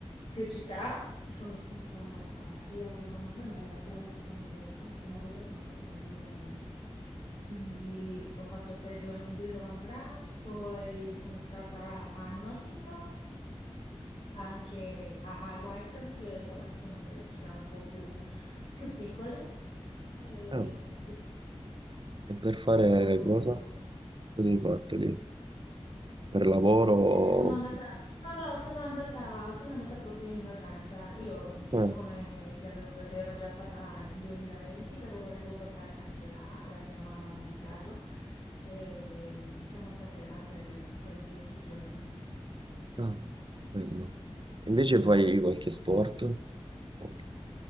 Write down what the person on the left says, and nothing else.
più città, sono stata sia a Londra, ma era già la seconda volta, la prima volta sono stata nel 2020, quindi ho fatto tre giorni di Londra, poi sono stata a Nottingham, anche a High Wycombe, che vabbè, sono delle città un po' più, più piccole, e
sì,
molto
molto
Niente, sono andata, no, no, sono andata, sono andata proprio in vacanza. Io, ti-
come ti avevo detto, ero già stata in 2020, però volevo portare anche la, la mia mamma a visitarlo. E ehm, siamo state là per, per dieci giorni.